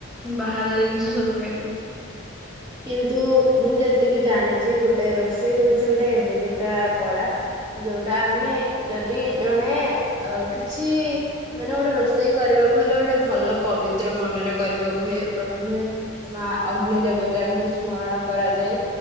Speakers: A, in the centre; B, on the right.
A: ବାହାର ଜିନିଷ ସବୁ ଖାଇଦେବେ।
B: କିନ୍ତୁ ମୁଁ ଯେତିକି ଜାଣିଚି ଗୋଟେ ରୋଷେଇ ହୋଉଚି ଗୋଟେ ଏମିତିକା କଳା ଯୋଉଟା ଆମେ ଯଦି ଜଣେ ଅ କିଛି ମାନେ ଗୋଟେ ରୋଷେଇ କରିବାକୁ ହେଲେ ଗୋଟେ ଭଲ ପବିତ୍ର ମନରେ କରିବାକୁ ହୁଏ ପ୍ରଥମେ ମା ଅଗ୍ନି ଦେବ ତାଙ୍କୁ ସ୍ମରଣ କରାଯାଏ